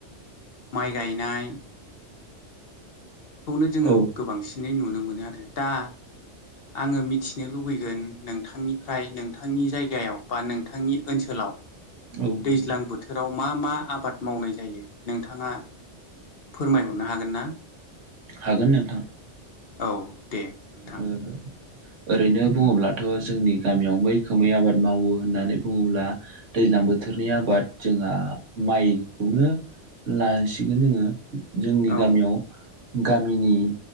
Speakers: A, on the left (about 55°); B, on the right (about 85°).
A: माइ गायनाय खौनो जोङो
B: औ
A: गोबांसिनै नुनो मोनो आरो दा आङो मिथिनो लुबैगोन नोंथांनिफ्राय नोंथांनि जायगायाव बा नों थांनि ओनसोलाव
B: औ
A: दैज्लां
B: नोंथां
A: बोथोराव मा मा आबाद मावनाय जायो नोंथाङा फोरमायहरनो हागोन ना
B: हागोन नोंथां
A: औ दे नोंथां
B: ओ ओरैनो बुङोब्लाथ जोंनि गामियाव मैखोमै आबाद मावो होननानै बुङोब्ला दैज्लां बोथोरनि आबाद जोंहा माइखौनो लासिगोन जोङो जोंनि
A: औ
B: गामियाव गामिनि